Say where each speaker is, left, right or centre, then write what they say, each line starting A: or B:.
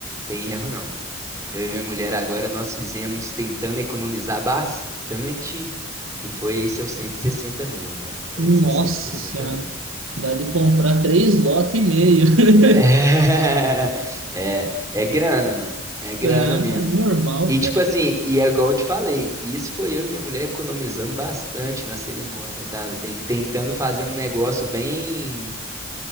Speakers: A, on the right (about 15°); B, on the right (about 80°).
A: Tem erro não. Eu e minha mulher agora nós fizemos tentando economizar bastante e foi aí seus 160 mil, mano. Foi
B: Nossa
A: aí seus cento e sessenta
B: Senhora.
A: mil.
B: Dá de
A: É.
B: comprar três lotes e meio. <laughs>
A: <laughs> É, é grana, mano. É grana
B: Ah,
A: mesmo.
B: mas normal,
A: E tipo
B: cara.
A: assim, e é igual eu te falei, isso foi eu e minha mulher economizando bastante na cerimônia, tá? Ten- Tentando fazer um negócio bem